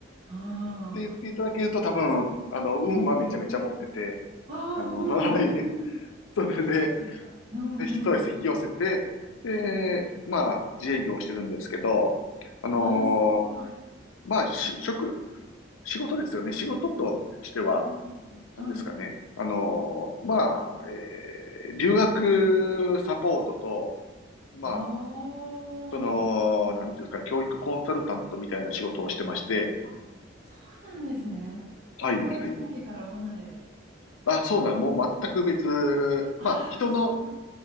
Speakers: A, on the right; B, on the left.
A: ああ、
B: って言っていただけると多分、あの、運はめちゃめちゃ持ってて、
A: うんうん。ああ、
B: あの、
A: うんうんうんうん。
B: <laughs> はい。
A: 引
B: それで、
A: き寄せた。うんうん、
B: そうです、
A: すごい。
B: 引き寄せて、で、
A: はあ、
B: まあ、自営業をしてるんですけど、あのー
A: わあ、すごい。
B: まあ、
A: 歴史が。
B: し職、仕事ですよね。仕事としては、
A: うん。
B: なんですかね。
A: はい。
B: あの、まあ、えー留学サポートと、まあ、
A: ああ。
B: その、なんていうんですか、教育コンサルタントみたいな仕事をしてまして、
A: あ、そうなんですね。
B: はい、
A: 貿易関係からは離れ。
B: はい。あ、そうなん、もう全く別、
A: ああ、
B: まあ、人の、
A: そう。